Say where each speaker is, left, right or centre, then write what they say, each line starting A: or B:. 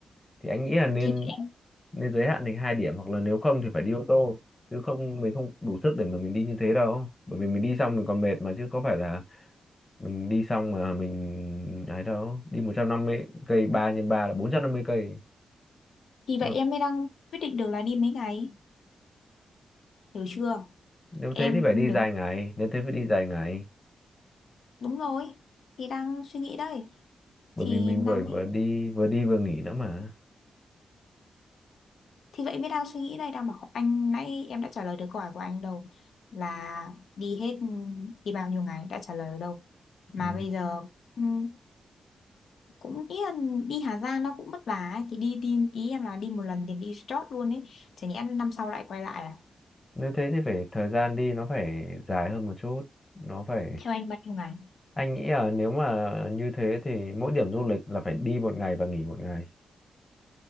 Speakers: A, on the left (about 15°); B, on the left (about 70°).
A: thì anh nghĩ là nên
B: thì em
A: nên giới hạn thành hai điểm hoặc là nếu không thì phải đi ô tô chứ không mình không đủ sức để mà mình đi như thế đâu bởi vì mình đi xong mình còn mệt mà chứ có phải là mình đi xong mà mình ấy đâu đi một trăm năm mươi cây 3 nhân 3 là bốn trăm năm mươi cây
B: thì vậy
A: nó
B: em mới đang quyết định được là đi mấy ngày hiểu chưa
A: nếu
B: em
A: thế thì phải
B: nếu
A: đi dài ngày nếu thế phải đi dài ngày
B: đúng rồi thì đang suy nghĩ đây
A: bởi
B: thì
A: vì mình
B: năm
A: vừa vừa đi vừa đi vừa nghỉ nữa mà
B: thì vậy mới đang suy nghĩ đây đang bảo anh nãy em đã trả lời được câu hỏi của anh đâu là đi hết đi bao nhiêu ngày đã trả lời ở đâu mà
A: ừ.
B: bây giờ ừm, cũng ý là đi Hà Giang nó cũng vất vả ấy. thì đi đi ý em là đi một lần thì đi chót luôn ấy chả nhẽ năm sau lại quay lại à
A: nếu thế thì phải thời gian đi nó phải dài hơn một chút nó phải
B: theo anh bao nhiêu ngày
A: anh nghĩ là nếu mà như thế thì mỗi điểm du lịch là phải đi một ngày và nghỉ một ngày